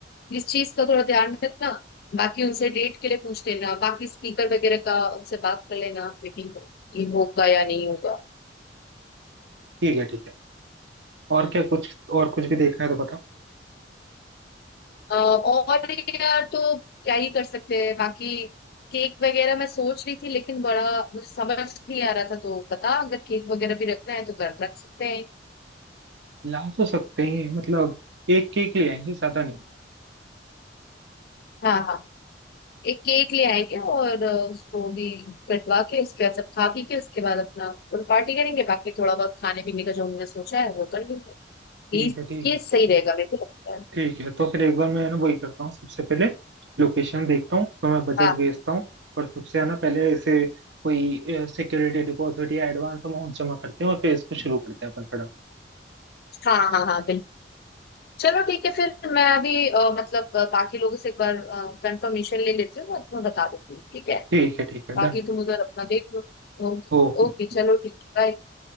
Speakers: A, on the left; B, on the right.
A: इस चीज का थोड़ा ध्यान रखना बाकी उनसे डेट के लिए पूछ लेना बाकी स्पीकर वगैरह का उनसे बात कर लेना मीटिंग ये होगा या नहीं होगा
B: ठीक है ठीक है और क्या कुछ और कुछ भी देखना है तो बताओ
A: अ, और यार तो क्या ही कर सकते हैं बाकी केक वगैरह मैं सोच रही थी लेकिन बड़ा मुझे समझ नहीं आ रहा था तो बता अगर केक वगैरह भी रखना है तो कर रख सकते हैं
B: ला तो सकते हैं मतलब एक केक ले आएंगे ज्यादा नहीं
A: हाँ हाँ एक केक ले आएंगे और अ, उसको भी कटवा के उसके बाद सब खा पी के उसके बाद अपना पार्टी करेंगे बाकी थोड़ा बहुत खाने पीने का जो हमने सोचा है वो कर लेंगे
B: ठीक
A: ये
B: है ठीक है
A: ये सही रहेगा मेरे को लगता है
B: ठीक है तो फिर एक बार मैं है ना वही करता हूँ सबसे पहले लोकेशन देखता हूँ तो मैं बजट
A: हाँ
B: भेजता हूँ और सबसे है ना पहले ऐसे कोई सिक्योरिटी डिपॉजिट या एडवांस अमाउंट जमा करते हैं और फिर इसको शुरू करते हैं अपन फटाफट
A: हाँ हाँ हाँ बिल्कुल चलो ठीक है फिर मैं अभी अ, मतलब अ, बाकी लोगों से एक बार कंफर्मेशन ले लेती हूँ मैं तुम्हें बता देती हूँ ठीक है
B: ठीक है ठीक है
A: बाकी
B: डन
A: तुम उधर अपना देख लो ओके
B: ओके
A: ओके, चलो ठीक है bye।